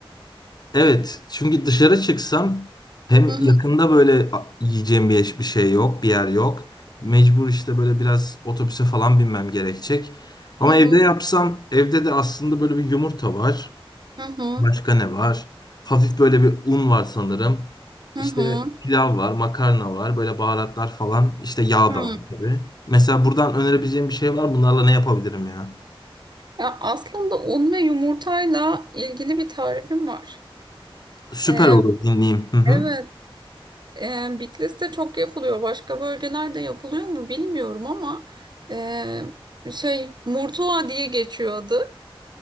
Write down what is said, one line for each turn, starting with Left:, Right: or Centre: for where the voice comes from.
Left: Evet, çünkü dışarı çıksam hem
Right: Hı hı,
Left: yakında böyle a- yiyeceğim bir, eş- bir şey yok, bir yer yok. Mecbur işte böyle biraz otobüse falan binmem gerekecek. Ama
Right: hı
Left: evde
Right: hı,
Left: yapsam, evde de aslında böyle bir yumurta var.
Right: hı hı,
Left: Başka ne var? Hafif böyle bir un var sanırım.
Right: hı
Left: İşte
Right: hı,
Left: pilav var, makarna var, böyle baharatlar falan. İşte yağ
Right: hı.
Left: da var tabii. Mesela buradan önerebileceğim bir şey var mı? Bunlarla ne yapabilirim ya?
Right: Ya aslında un ve yumurtayla ilgili bir tarifim var.
Left: Süper
Right: Ee,
Left: olur dinleyeyim. Hı hı.
Right: evet. E, Bitlis'te çok yapılıyor. Başka bölgelerde yapılıyor mu bilmiyorum ama e, şey Murtuva diye geçiyor adı.